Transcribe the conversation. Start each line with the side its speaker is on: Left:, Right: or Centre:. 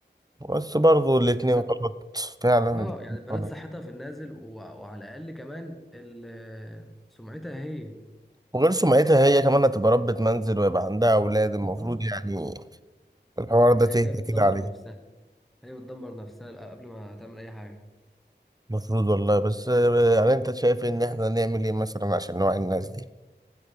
Right: بس برضو الاتنين
Centre: البنات
Right: غلط فعلا
Centre: اه
Right: الاتنين
Centre: يعني البنات
Right: غلط
Centre: صحتها في النازل و... وعلى الاقل كمان ال... سمعتها هي
Right: وغير سمعتها هي كمان هتبقى ربة منزل ويبقى عندها اولاد المفروض
Centre: اه
Right: يعني الحوار ده
Centre: فهي
Right: تهدى
Centre: كده بتدمر
Right: كده عليه
Centre: نفسها هي بتدمر نفسها قبل ما تعمل أي حاجة
Right: المفروض والله بس آه، يعني انت شايف ان احنا نعمل ايه مثلا عشان نوعي الناس دي